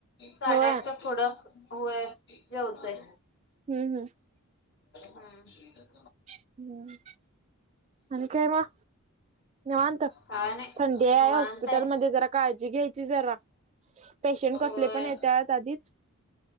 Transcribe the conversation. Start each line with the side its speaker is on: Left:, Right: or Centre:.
Left: साडेआठच्या
Right: होय
Left: पुढं व्हय जेवतय
Right: हम्म हम्म
Left: हम
Right: हम्म आणि काय मग निवांत
Left: काय नाही
Right: थंडी आहे
Left: निवांत
Right: हॉस्पिटलमध्ये
Left: हाय
Right: जरा काळजी घ्यायची जरा पेशंट कसले
Left: होय
Right: पण येतात आधीच